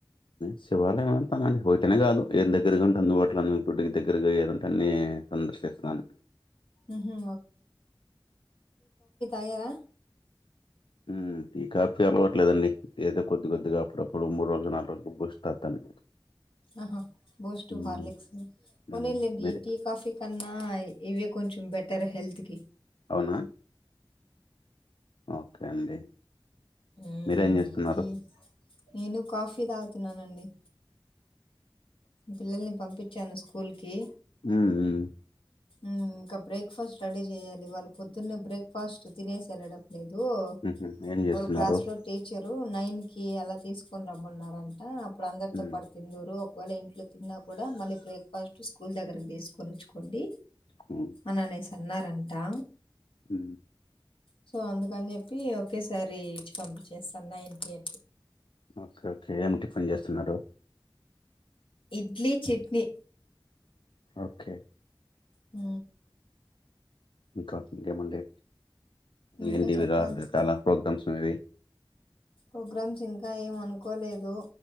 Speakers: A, on the left; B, on the left.
A: శివాలయం అంటానండి ఒకటనే కాదు ఏది దగ్గరగా ఉంటుంది వాట్లన్న గుడి దగ్గరగా ఏదంటా అన్ని సందర్శిస్తాను.
B: మ్మ్ హు అయా
A: ఊ టీ కాఫీ అలవట్లేదండి. ఏదో కొద్ది కొద్దిగా అప్పుడప్పుడు మూడు రోజులు నాలుగు రోజుకి బూస్ట్ తాగుతాను.
B: ఆహా బూస్ట్,
A: హ్మ్.
B: హార్లిక్స్ పోనీ
A: హ్మ్.
B: లెండి
A: మీరే
B: ఈ టీ, కాఫీ కన్నా ఇవే కొంచెం బెట ఏర హెల్త్కి
A: అవునా ఓకే అండి
B: ఊహు
A: మీరేం జేస్తున్నారు?
B: నేను కాఫీ తా నానండి పిల్లల్ని పంపించాను స్కూ కొల్కి
A: ఊ ఉ
B: ఊ ఇంకా బ్రేక్ఫాస్ట్ రెడీ చేయాలి వాళ్ళ పొద్దున్నే బ్రేక్ఫాస్ట్ తినేసెల్లడం. ఏదో
A: హుహు. ఏం జేస్తున్నారు?
B: వారు క్లాస్ లో టీచరు నైన్ కి అలా తీసుకొని రమ్మన్నారంట. అప్న ఇప్పుడు అందరితో
A: హ్మ్.
B: పడి తిందరు. ఒకవేళ ఇంట్లో తిన్నా కూడా మళ్ళీ బ్రేక్ఫాస్ట్ స్కూల్ దగ్గరకి తీసుకొని వచ్చుకోండి.
A: హ్మ్.
B: అనానేస్ తిన్నారంటా
A: ఉ
B: సో అందుకని చెప్పి ఒకేసారి ఇచ్చి పంపి చేస్తా నైన్ కె
A: ఓకే ఓకే ఏమిటి పని చేస్తున్నారు?
B: ఇడ్లీ చట్నీ
A: ఓకే
B: ఊ
A: ఇంకా ఏమండి
B: ఇంకా
A: ఏంటివి
B: చెప్పాల్సి
A: ర రకాల ప్రోగ్రామ్స్ అనేవి
B: ప్రోగ్రామ్స్ ఇంకా ఏం అనుకోలేదు